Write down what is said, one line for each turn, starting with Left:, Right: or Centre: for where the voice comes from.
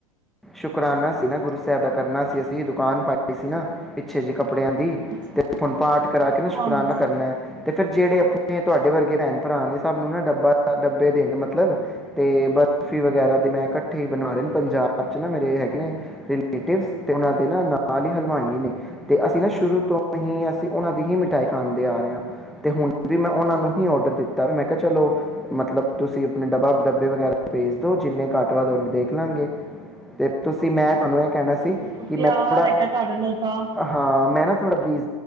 Centre: ਸ਼ੁਕਰਾਨਾ ਸੀ ਨਾ ਗੁਰੂ ਸਾਹਿਬ ਦਾ ਕਰਨਾ ਸੀ ਅਸੀਂ ਦੁਕਾਨ ਪਾਈ ਸੀ ਨਾ ਪਿੱਛੇ ਜਿਹੀ ਕੱਪੜਿਆਂ ਦੀ
Right: ਅੱਛਾ
Centre: ਤੇ ਹੁਣ ਪਾਠ- ਕਰਾ ਕੇ ਨਾ
Right: ਹਾਂਜੀ
Centre: ਸ਼ੁਕਰਾਨਾ ਕਰਨਾ- ਅਤੇ ਫਿਰ ਜਿਹੜੇ ਆਪਣੇ ਤੁਹਾਡੇ ਵਰਗੇ ਭੈਣ ਭਰਾ ਨੇ ਸਭ ਨੂੰ ਨਾ ਡੱਬਾ ਡੱਬੇ ਦੇਣ ਮਤਲਬ ਅਤੇ ਬਰਫ਼ੀ ਵਗੈਰਾ ਦੇ ਮੈਂ ਇਕੱਠੇ ਹੀ ਬਣਾਵਾ ਦੇਣ- ਪੰਜਾਬ 'ਚ ਨਾ ਮੇਰੇ ਹੈਗੇ ਨੇ ਰਿਲੇਟਿਵਸ ਤੇ ਉਹਨਾਂ ਦੇ ਨਾ ਨਾਲ ਹੀ ਹਲਵਾਈ ਨੇ ਤੇ ਅਸੀਂ ਨਾ ਸ਼ੁਰੂ ਤੋਂ ਹੀ ਅਸੀਂ ਉਹਨਾਂ ਦੀ ਹੀ ਮਿਠਾਈ ਖਾਾਂਦੇ ਆ ਰਹੇ ਹਾਂ ਤੇ ਹੁਣ ਵੀ ਮੈਂ ਉਹਨਾਂ
Right: ਅੱਛਾ
Centre: ਨੂੰ ਹੀ ਔਡਰ ਦਿੱਤਾ ਵੀ ਮੈਂ ਕਿਹਾ ਚਲੋ ਮਤਲਬ ਤੁਸੀਂ ਆਪਣੇ ਡੱਬਾ ਡੱਬੇ ਵਗੈਰਾ ਭੇਜ ਦਿਓ ਜਿੰਨੇ ਘੱਟ ਵੱਧ ਉਹਨੂੰ ਦੇਖ ਲਾਂਗੇ- ਤੇ- ਤੁਸੀਂ ਮੈਂ ਤੁਹਾਨੂੰ ਇਹ ਕਹਿਣਾ ਸੀ
Right: ਬਿਲਕੁਲ
Centre: ਕਿ
Right: ਪਿਆਰ
Centre: ਮੈਂ ਥੋੜਾ
Right: ਹੈਗਾ ਤੁਹਾਡੇ ਨਾਲ ਤਾਂ
Centre: ਹਾਂ ਮੈਂ ਨਾ ਥੋੜਾ ਬੀ-